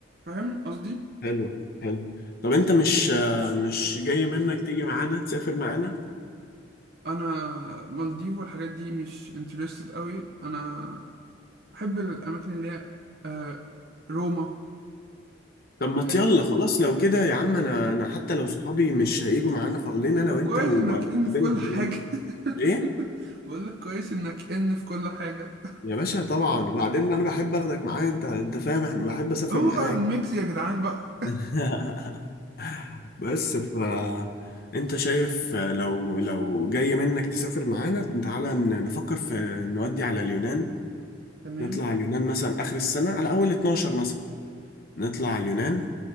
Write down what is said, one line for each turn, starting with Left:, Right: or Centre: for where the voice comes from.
Right: فاهم قصدي؟
Left: حلو حلو طب انت مش مش جاي منك تيجي معانا تسافر معانا
Right: انا مالديف والحاجات دي مش انترستد قوي انا بحب الاماكن اللي هي آه، روما
Left: طب ما
Right: بحب
Left: يلا خلاص لو كده يا عم انا انا حتى لو صحابي مش هيجوا معانا خلينا انا
Right: طب
Left: وانت
Right: كويس
Left: ونقابلهم
Right: انك ان في كل
Left: هناك
Right: حاجه
Left: ايه
Right: <laughs> بقول لك كويس انك ان في كل حاجه
Left: يا باشا طبعا وبعدين انا بحب اخدك معايا انت انت فاهم احنا بحب اسافر
Right: هو
Left: معاك
Right: الميكس يا جدعان بقى
Left: <laughs> بس ف انت شايف لو لو جاي منك تسافر معانا تعالى ن- نفكر في نودي على اليونان
Right: تمام
Left: نطلع على اليونان مثلا اخر السنة على اول 12 مثلا نطلع على اليونان